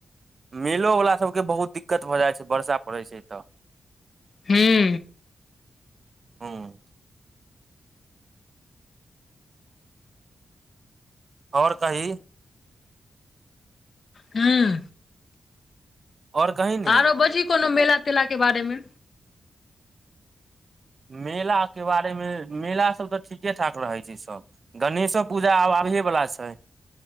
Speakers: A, on the right; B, on the left.
A: मेलो बला सबके बहुत दिक्कत भऽ जाए छै वर्षा पड़ै छै तऽ
B: हुँ।
A: हुं। और कही
B: हुं।
A: आओर कही ने
B: आरो बजही कोनो मेला-तेला के बारेमे
A: मेला के बारे मे मेला सब तै ठीके-ठाक रहै छै सब। गणेशो पूजा आब आबहे बला छै,